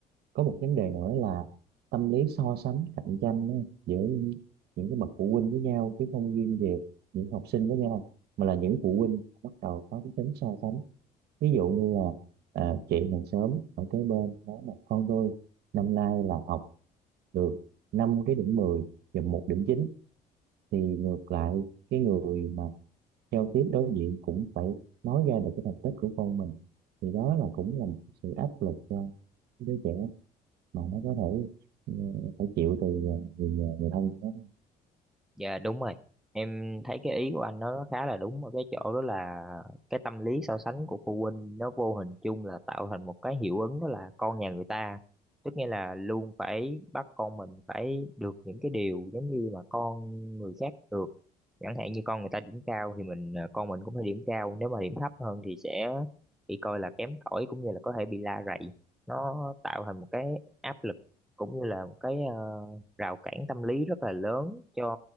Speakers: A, on the right; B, in the centre.
A: Có một vấn đề nữa là tâm lý so sánh cạnh tranh á, giữa những, những cái bậc phụ huynh với nhau chứ không riêng về những học sinh với nhau mà là những phụ huynh bắt đầu có cái tính so sánh ví dụ như là à, chị hàng xóm ở kế bên nói là con tôi năm nay là học được 5 cái điểm 10 và một điểm chín thì ngược lại cái người mà giao tiếp đối diện cũng phải nói ra được cái thành tích của con mình thì đó là cũng là một cái sự áp lực cho đứa trẻ mà nó có thể ừ, phải chịu từ ờ, người nhà người thân của nó
B: Dạ đúng rồi. Em thấy cái ý của anh nó khá là đúng ở cái chỗ đó là cái tâm lý so sánh của phụ huynh nó vô hình chung là tạo thành một cái hiệu ứng đó là con nhà người ta. Tức nghĩa là luôn phải bắt con mình phải được những cái điều giống như mà con người khác được. Chẳng hạn như con người ta điểm cao thì mình ờ, con mình cũng phải điểm cao, nếu mà điểm thấp hơn thì sẽ bị coi là kém cỏi cũng như là có thể bị la rầy. Nó tạo thành một cái áp lực cũng như là một cái ờ, rào cản tâm lý rất là lớn cho